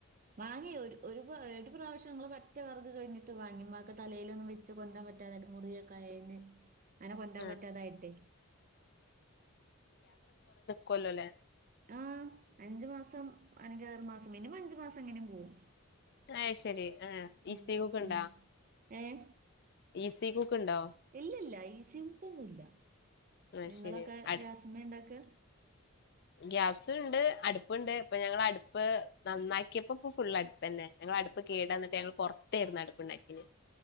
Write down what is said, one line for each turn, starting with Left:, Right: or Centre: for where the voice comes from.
Right: വാങ്ങിയ ഒരു ഇ ഒരു പ്രാവശ്യംങ്ങങ്ങള് പറ്റ വെറക് കഴിഞ്ഞട്ട് വാങ്ങി മ്മാക്ക്തലയിലൊന്നും വെച്ച് കൊണ്ടരാൻ പറ്റാത മുറിയെ കഴന്ന് അങ്ങനെ കൊണ്ടരാ
Left: ആഹ്
Right: ൻ പറ്റാതായിട്ടെ
Left: കൊല്ലൊല്ലേ
Right: ആഹ് അഞ്ച് മാസം അഞ്ചാറ് മാസം മിനിമം അഞ്ച് മാസം എങ്ങനെം പോവും
Left: അയ് ശെരി ആഹ്
Right: ഉം
Left: ഈസീ കുക്ക് ണ്ടാ
Right: ഉം ഏഹ്
Left: ഈസീ കുക്ക് ണ്ടോ
Right: ഇല്ല ല്ല ഈസീ കുക്ക്ന്നുംല്ല
Left: അത്
Right: നിങ്ങളൊക്കെ
Left: ശരി അടു
Right: ഗ്യാസിമ്മെ ണ്ടാക്കാ
Left: ഗ്യാസ്ണ്ട് അടപ്പ്ണ്ട് ഇപ്പൊ ഞങ്ങള് അട്പ്പ് നന്നാക്കിയപ്പം പ്പം ഫുള്ള് അട്പ്പ് തന്നെ ഞങ്ങള് അട്പ്പ് കേടാന്നിട്ട് ഞങ്ങള് പുറത്തെരുന്നു അടുപ്പ് ണ്ടാക്കിനി